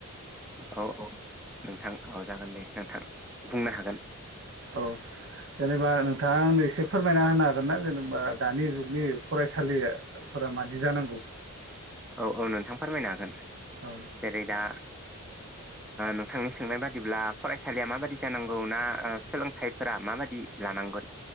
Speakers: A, in the centre; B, on the right (about 55°).
A: औ औ नोंथां औ जागोन दे नोंथां बुंनो हागोन।
B: औ जेनेबा नोंथाङा आंनो एसे फोरमायना होनो हागोन ना जेनेबा दानि जुगनि फरायसालिफोरा माबायदि जानांगौ?
A: औ औ नोंथां फोरमायनो हागोन
B: औ
A: जेरै दा नोंथांनि सोंनाय बादिब्ला फरायसालिया माबायदि जानांगौ ना सोलोंथाइफोरा माबायदि लानांगौ?